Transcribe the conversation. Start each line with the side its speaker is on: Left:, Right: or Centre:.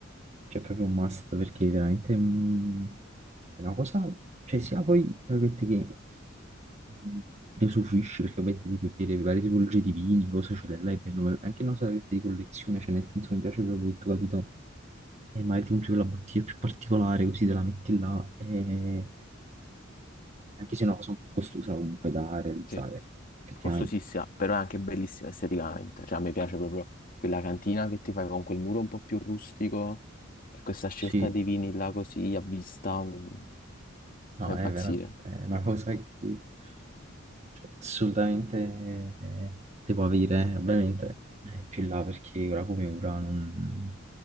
Right: Cioè, è proprio un must perché veramente mm, è una cosa, cioè, sia poi, tra virgolette, che mm, ne usufruisci perché ovviamente devi bere varie tipologie di vini, cose ce le l'hai, è bello, ma è anche una cosa, tra virgolette, di collezione, cioè, nel senso, mi piace proprio che tu, capito, e magari ti compri quella bottiglia più particolare, così te la metti là, e... anche se è una cosa un po' costosa comunque da realizzare,
Left: sì,
Right: effettivamente.
Left: costosissima, però è anche bellissima esteticamente, cioè a me piace proprio quella cantina che ti fai con quel muro un po' più rustico e questa scelta
Right: Sì,
Left: di vini là così a vista mi, mi
Right: No,
Left: fa impazzire.
Right: è veramente è una cosa che cioè, assolutamente eh, devo avere, eh, ovviamente è più in là perché ora come ora non...